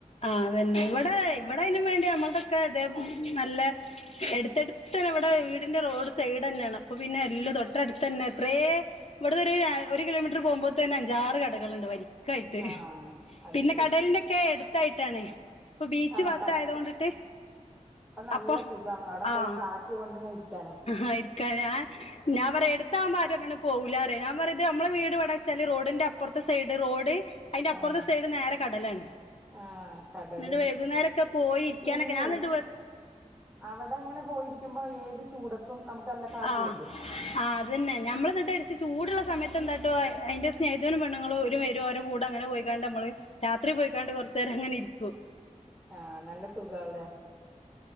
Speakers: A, on the left; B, in the centre.
A: ആ അതന്നെ ഇവിടെ ഇവിടെ അയിനു വേണ്ടി നമ്മളുതൊക്കെ ഇതേ നല്ല. എടുത്തടുത്ത് ഇവിടെ വീടിന്റെ റോഡ് സൈഡ് തന്നാണ് അപ്പൊ പിന്നെ എല്ലു തൊട്ടടുത്ത് തന്നെ എത്രയെ. ഇവിടന്നൊരു ഒരു കിലോമീറ്റർ പോകുമ്പോ തന്നെ അഞ്ചാറ് കടകള്ണ്ട് വരി ക്കായിട്ട്
B: ആഹ് അത്
A: പിന്നെ
B: ശരി
A: കടലിനൊക്കെ എടുത്തായിട്ടാണ് പ്പൊ ബീച്
B: ആഹ്
A: ഭാഗത്തായദ്ധോണ്ട്ട്ട്
B: കടക്ക് നല്ല
A: അപ്പൊ
B: സുഖം അവിടെ
A: ആഹ്
B: പോയി കാറ്റ് കൊണ്ട് ഇങ്ങനെ ഇരിക്കാലോ
A: ആ ഇരിക്ക ഞ ഞാൻ പറയ എടുത്താവുമ്പൊ അങ്ങനെ പോകൂല്ല റയാ ഞാൻ പറയ ത് നമ്മളെ വീട് വിടച്ചാല് റോഡിന്റെ അപ്പറത്തെ സൈഡ് റോഡ് അയിന്റെ അപ്പറത്തെ
B: ആഹ്
A: സൈഡ് നേരെ കടലാണ്.
B: ആഹ് കടലിൽ
A: എന്നിട്ട് വൈകുന്നേരക്കെ പോയി ഇരിക്കാനൊക്കെ
B: പിന്നെ
A: ഞാൻ എന്നിട്ട് വേ
B: അവിടെ ഇങ്ങനെ പോയിരിക്കുമ്പോ ഏത് ചൂടത്തും നമുക്കല്ല കാറ്റ്
A: ആ
B: വര്ലെ
A: ആ അതന്നെ ഞമ്മൾ ചൂടുള്ള സമയ അ എന്തായിട്ടോ അതിന്റെ സ്നേഹതനും പെൺങ്ങളു ഓരു വെരു കൂടെ അങ്ങനെ പോയിക്കാണ്ട് നമ്മള് രാത്രി പോയിക്കാണ്ട് കുറ് ചെറ്ങ്ങന ഇരിക്കൂ.
B: ആ നല്ല സുഖാവുലേ?